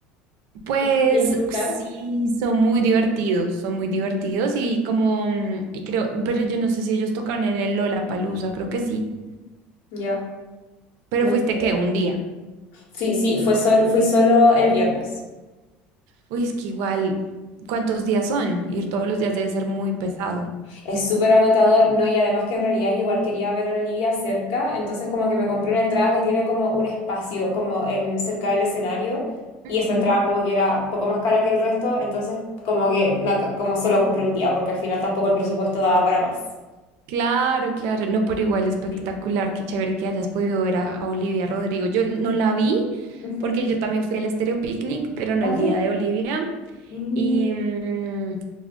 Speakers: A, on the right (about 70°); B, on the left (about 70°).
A: Pues
B: Debería escuchar.
A: sí, son muy divertidos, son muy divertidos y como, mm, y creo, pero yo no sé si ellos tocaron en el Lollapalooza, creo que sí.
B: Ya,
A: Pero
B: no
A: fuiste
B: sé.
A: qué un día.
B: Sí, sí, fue sol, fui solo el viernes.
A: Uy, es que igual, ¿cuántos días son? Ir todos los días debe ser muy pesado.
B: Es súper agotador, ¿no? Y además que en realidad yo igual quería ver a Olivia cerca, entonces como que me compré una entrada que tiene como un espacio como en cerca del escenario
A: Ujú.
B: y esa entrada como que era un poco más cara que el resto, entonces como que me ac- como solo compré un día porque al final tampoco el presupuesto daba para más.
A: Claro, claro, no, pero igual espectacular,
B: Sí.
A: qué chévere que hayas podido ver a, a Olivia Rodrigo. Yo no la vi
B: Ujú.
A: porque yo también fui al Estéreo Picnic, pero no
B: Ok.
A: el día de Olivia.
B: Mm,
A: Y, mm,